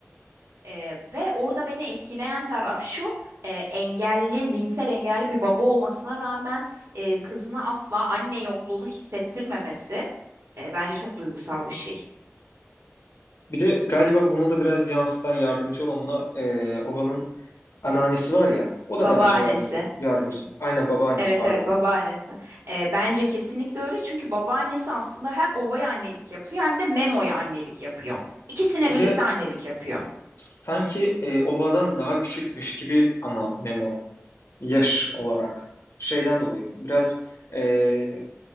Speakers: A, on the right (about 75°); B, on the left (about 65°).
A: E, ve orada beni etkileyen taraf şu. e, engelli, zihinsel engelli bir baba olmasına rağmen e, kızına asla anne yokluğunu hissettirmemesi e, bence çok duygusal bir şey.
B: Bir de galiba bunu da biraz yansıtan yardımcı olan buna e, Ova'nın Anneannesi var ya, o da
A: Babaannesi.
B: bence yardım yardımcı. Aynen babaannesi
A: Evet
B: pardon.
A: evet babaannesi. Ee, bence kesinlikle öyle çünkü babaannesi aslında hem Ova'ya annelik yapıyor hem de Memo'ya annelik yapıyor. İkisine
B: Bir
A: birlikte
B: de
A: annelik yapıyor.
B: sanki e, Ova'dan daha küçükmüş gibi ama Memo yaş olarak şeyden dolayı biraz e,